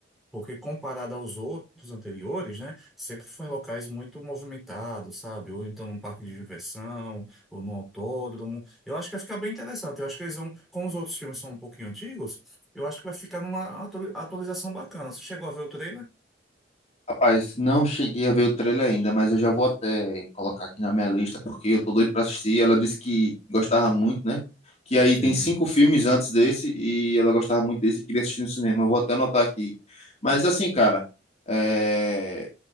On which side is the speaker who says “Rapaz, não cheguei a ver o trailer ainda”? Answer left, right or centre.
Left